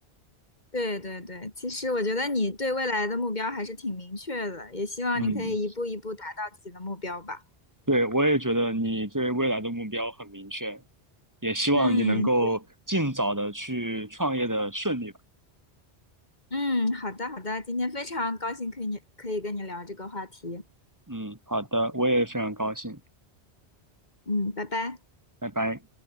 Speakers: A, on the left; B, on the right.
A: 对对对，其实我觉得你对未来的目标还是挺明确的，也希望你可以一步一步达到自己的目标吧。
B: 嗯，对，我也觉得你对未来的目标很明确，也希望你能够尽早的去创业的顺利吧。
A: 嗯。嗯，好的好的，今天非常高兴可以你可以跟你聊这个话题。
B: 嗯，好的，我也非常高兴，
A: 嗯，拜拜。
B: 拜拜。